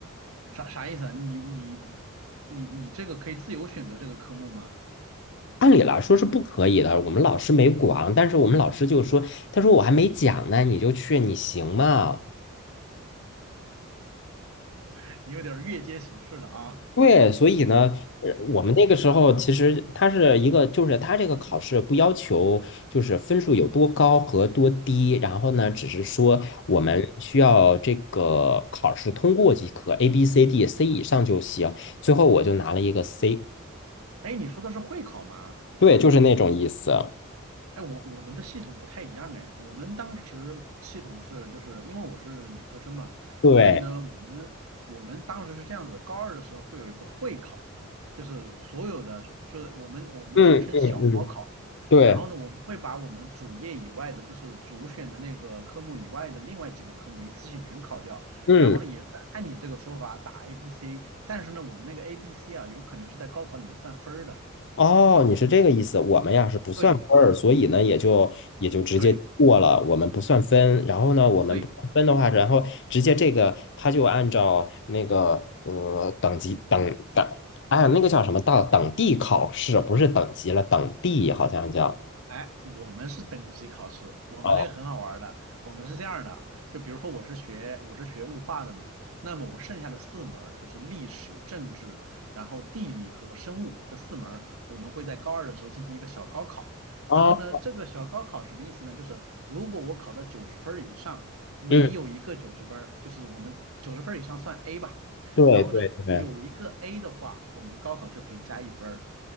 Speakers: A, on the right; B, on the left.
A: 啥啥意思啊？你你你你这个可以自由选择这个科目吗？
B: 按理来说是不可以的，我们老师没管，但是我们老师就说，他说我还没讲呢，你就去，你行吗？
A: <laughs> 你有点儿越阶形式了啊。
B: 对，所以呢，呃我们那个时候其实它是一个，就是它这个考试不要求就是分数有多高和多低，然后呢，只是说我们需要这个考试通过即可，A、
A: 嗯，
B: B、C、D、C 以上就行。最后我就拿了一个 C。
A: 哎，你说的是会考吗？
B: 对，就是那种意思。
A: 哎，我我们的系统不太一样哎，我们当时系统是就是因为我是理科生嘛，
B: 对，
A: 所以呢，我们我们当时是这样子，高二的时候会有一个会考，就是所有的就是我们我们俗称小高考，
B: 嗯嗯嗯，对，
A: 然后呢，我们会把我们主业以外的，就是主选的那个科目以外的另外几个科目一次性全考掉，
B: 嗯，
A: 然后呢，也是按你这个说法打 A、B、C，但是呢，我们那个 A、B、C 啊，有可能是在高考里面算分儿的，
B: 哦，你是这个意思。我们呀是不算分儿，
A: 对
B: 所以呢也就也就直接过了，
A: 对。
B: 我们不算分。然后呢，我们不算分的话，
A: 对
B: 然后直接这个他就按照那个呃等级等等，哎呀那个叫什么到等地考试，不是等级了，等地好像叫
A: 哎，我们是等级考试，我们那个很好玩儿的。
B: 哦
A: 我们是这样儿的啊，就比如说我是学我是学物化的嘛，那么我剩下的四门儿就是历史、政治，然后地理和生物这四门儿我们会在高二的时候进行一个小高考。
B: 哦，
A: 然后呢，这个小高考什么意思呢？就是如果我考到九十分儿以上，每有一个九十分儿，
B: 嗯，
A: 就是我们九十分儿以上算 A 吧。
B: 对对对，
A: 然后呢，有一个 A 的话，我们高考就可以加一分儿。